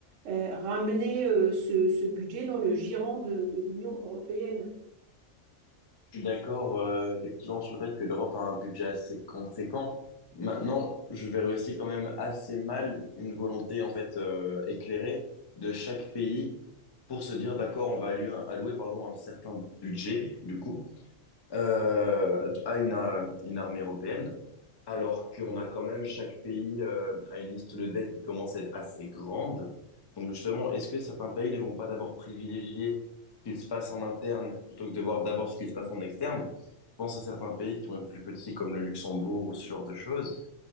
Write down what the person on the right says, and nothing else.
euh, ramener euh, ce, ce budget dans le giron de, de l'Union européenne.